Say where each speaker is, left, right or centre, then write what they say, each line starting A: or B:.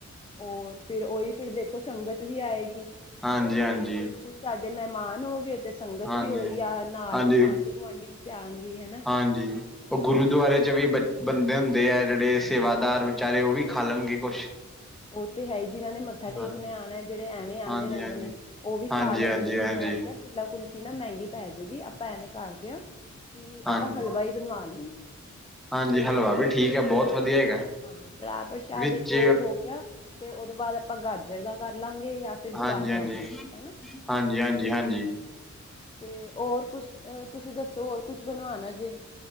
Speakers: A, on the left; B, in the centre.
A: ਹੋਰ, ਫਿਰ ਓਹੀ ਦੇਖੋ, ਸੰਗਤ ਵੀ ਆਏਗੀ।
B: ਹਾਂਜੀ--ਹਾਂਜੀ
A: ਕੁਝ, ਸਾਡੇ ਮਹਿਮਾਨ ਹੋ ਗਏ, ਤੇ ਸੰਗਤ
B: ਹਾਂਜੀ,
A: ਵੀ ਹੋਈ ਆ, ਨਾਲ
B: ਹਾਂਜੀ
A: ਆਂਢੀ ਗੁਆਂਢੀ ਵੀ ਤੇ ਆਣਗੇ ਹਨਾ।
B: ਹਾਂਜੀ, ਉਹ ਗੁਰੂਦੁਆਰੇ, ਚ ਵੀ ਬ ਬੰਦੇ ਹੁੰਦੇ ਆ, ਜਿਹੜੇ ਸੇਵਾਦਾਰ ਵਿਚਾਰੇ, ਉਹ ਵੀ ਖਾ ਲੈਣਗੇ ਕੁਛ।
A: ਉਹ ਤੇ ਹੈ ਜਿਨਾਂ ਨੇ ਮੱਥਾ
B: ਹਾਂ
A: ਟੇਕਣੇ ਆਉਣਾ ਜਿਹੜੇ ਐਵੇਂ ਆਂਦੇ
B: ਹਾਂਜੀ
A: ਰਹਿੰਦੇ
B: ਹਾਂਜੀ
A: ਨੇ, ਉਹ ਵੀ
B: ਹਾਂਜੀ
A: ਖਾ ਲੈਣਗੇ
B: ਹਾਂਜੀ ਹਾਂਜੀ
A: ਤੇ ਮ ਮੈਂ ਕਿਆ ਤੀਲਾ ਕੁਲ ਨਾ ਮਹਿੰਗੀ ਪੈ ਜਾਏਗੀ ਆਪਾਂ ਐਵੇਂ ਕਰਦੇ ਹਾਂ, ਕਿ
B: ਹਾਂਜੀ
A: ਆਪਾਂ ਹਲਵਾ ਹੀ ਬਣਵਾ ਲੈਂਦੇ ਹਾਂ।
B: ਹਾਂਜੀ ਹਲਵਾ ਵੀ ਠੀਕ ਹੈ ਬਹੁਤ। ਵਧੀਆ ਹੈਗਾ
A: ਹਾਂ ਕੜਾਹ ਪ੍ਰਸ਼ਾਦ
B: ਵਿੱਚ
A: ਇੱਕ ਉਹ ਹੋ ਗਿਆ, ਤੇ ਉਹਦੋਂ ਬਾਅਦ ਆਪਾਂ ਗਾਜਰ ਦਾ ਕਰ ਲਾਂਗੇ। ਜਾਂ ਫਿਰ
B: ਹਾਂਜੀ
A: ਗੁਲਾਬ
B: ਹਾਂਜੀ
A: ਜਾਮੁਨ, ਹਨਾ।
B: ਹਾਂਜੀ ਹਾਂਜੀ ਹਾਂਜੀ
A: ਤੇ ਹੋਰ ਕੁਛ, ਤੁਸੀਂ ਦੱਸੋ ਹੋਰ ਕੁਛ ਬਣਵਾਣਾ ਜੇ।